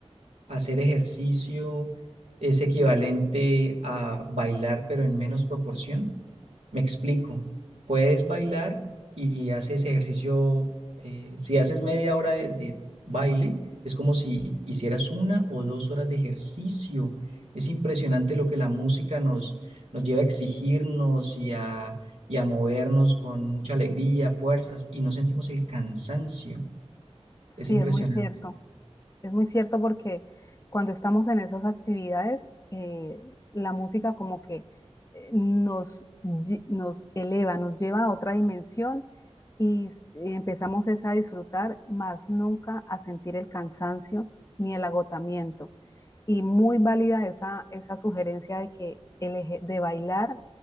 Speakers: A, on the right; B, on the left.
A: hacer ejercicio es equivalente a bailar, pero en menos proporción? Me explico. Puedes bailar y haces ejercicio. eh, si haces media hora de, de baile, es como si hicieras una o dos horas de ejercicio. Es impresionante lo que la música nos, nos lleva a exigirnos y a, y a movernos con mucha alegría, fuerzas, y no sentimos el cansancio.
B: Sí,
A: Es impresionante.
B: es muy cierto. Es muy cierto porque cuando estamos en esas actividades, eh, la música como que eh, nos, lle- nos eleva, nos lleva a otra dimensión y s- empezamos es a disfrutar, más nunca a sentir el cansancio ni el agotamiento. Y muy válida esa, esa sugerencia de que el eje- de bailar